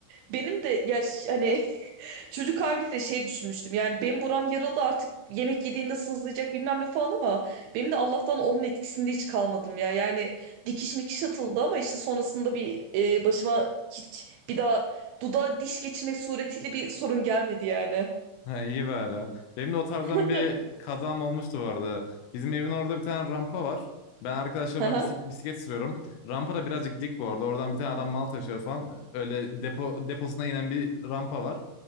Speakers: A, on the right; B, on the left.
A: Benim de ya ş- hani <laughs> çocuk haliyle şey düşünmüştüm. Yani benim buram yarıldı artık yemek yediğinde sızlayacak bilmem ne falan ama benim de Allah'tan onun etkisinde hiç kalmadım ya. Yani dikiş mikiş atıldı ama işte sonrasında bir e, başıma hiç bir daha dudağa diş geçirmek suretiyle bir sorun gelmedi yani.
B: Ha iyi bari. Benim de o tarzdan
A: <laughs>
B: bir kazam olmuştu bu arada. Bizim evin orada bir tane rampa var. Ben arkadaşlarımla
A: Hı hı.
B: bisik- bisiklet sürüyorum. Rampa da birazcık dik bu arada. Oradan bir tane adam mal taşıyor falan. Öyle depo deposuna inen bir rampa var.